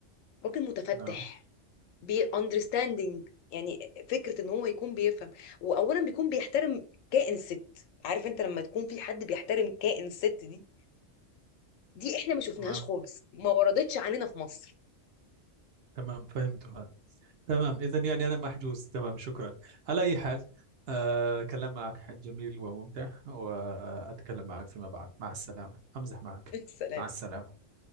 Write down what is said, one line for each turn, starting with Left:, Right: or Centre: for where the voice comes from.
Left: راجل متفتح
Right: نعم
Left: بي understanding يعني فكره ان هو يكون بيفهم واولا بيكون بيحترم كائن الست عارف انت لما تكون في حد بيحترم كائن الست دي دي احنا ما شفناهاش
Right: تمام
Left: خالص ما وردتش علينا في مصر
Right: تمام فهمتها تمام إذا يعني أنا محجوز تمام شكرا على أي حال آه كلام معك جميل وممتع وأتكلم معك فيما بعد مع السلامة أمزح معك
Left: <laughs> السلام
Right: مع السلامة